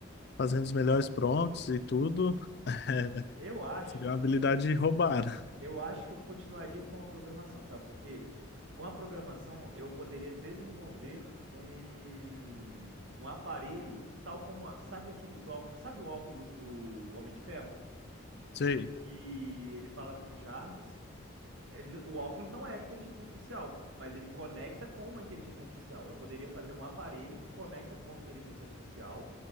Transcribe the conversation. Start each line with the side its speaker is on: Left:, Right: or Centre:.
Left: fazendo os melhores prompts e tudo. <laughs>
Right: Eu acho,
Left: Seria uma habilidade roubada.
Right: eu acho que eu continuaria com a programação, sabe por quê? Com a programação eu poderia desenvolver um, um aparelho, tal como, a- sabe aqueles óculos, sabe o óculos do Homem de Ferro?
Left: Sei.
Right: Que ele fala com o Jarvis ele- o óculos não é inteligência artificial, mas ele conecta com uma inteligência artificial. Eu poderia fazer um aparelho que conecta com a inteligência artificial,